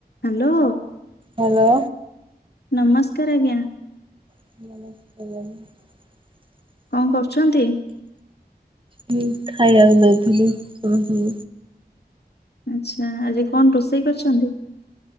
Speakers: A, on the left; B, on the right.
A: ହାଲୋ।
B: ହାଲୋ।
A: ନମସ୍କାର ଆଜ୍ଞା।
B: ହାଲୋ।
A: କଣ କରୁଚନ୍ତି?
B: ହୁଁ ଖାଇବାକୁ ଦଉଥିଲି ଓ ହୋ।
A: ଆଚ୍ଛା ଆଜି କଣ ରୋଷେଇ କରିଚନ୍ତି?